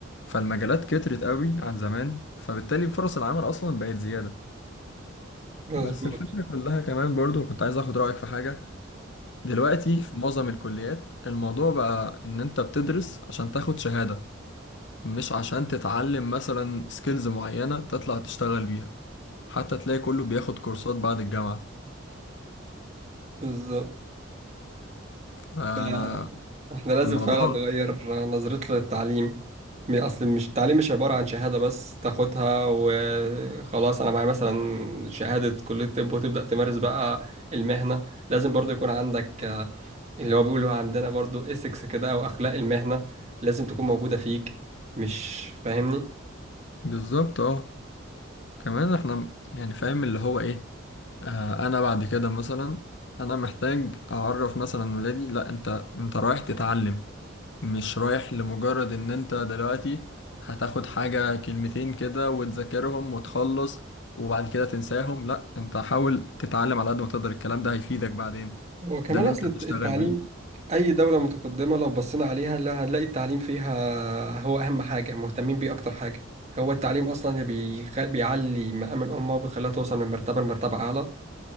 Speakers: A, on the left; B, on the right.
A: فالمجالات كترت قوي عن زمان فبالتالي فرص العمل اصلا بقت زيادة
B: مظبوط
A: بس الفكرة كلها كمان برضو كنت عايز اخد رأيك في حاجة دلوقتي في معظم الكليات الموضوع بقى إن أنت بتدرس عشان تاخد شهادة مش عشان تتعلم مثلا سكيلز معينة تطلع تشتغل بيها حتى تلاقي كله بياخد كورسات بعد الجامعة
B: بالظبط
A: فأنا
B: ف- احنا لازم
A: الموضوع
B: فعلا نغير نظرتنا للتعليم م- اصل مش التعليم مش عبارة عن شهادة بس تاخدها وخلاص انا معايا مثلا شهادة كلية طب وتبدأ تمارس بقى المهنة لازم برضو يكون عندك آه، اللي هو بيقولوا عندنا برضو اسكس كده او اخلاق المهنة لازم تكون موجودة فيك مش فاهمني
A: بالظبط اه كمان احنا يعني فاهم اللي هو ايه آه أنا بعد كده مثلا أنا محتاج أعرف مثلا ولادي لأ أنت أنت رايح تتعلم مش رايح لمجرد ان انت دلوقتي هتاخد حاجة كلمتين كده وتذاكرهم وتخلص وبعد كده تنساهم لا انت حاول تتعلم على قد ما تقدر الكلام ده هيفيدك بعدين
B: وكمان
A: ده اللي
B: أصل
A: انت
B: الت-
A: هتشتغل
B: التعليم
A: بيه
B: أي دولة متقدمة لو بصينا عليها لا هنلاقي التعليم فيها هو أهم حاجة مهتمين بيه أكتر حاجة هو التعليم أصلا اللي بيخ... بيعلي مقام الأمة وبيخليها توصل من مرتبة لمرتبة أعلى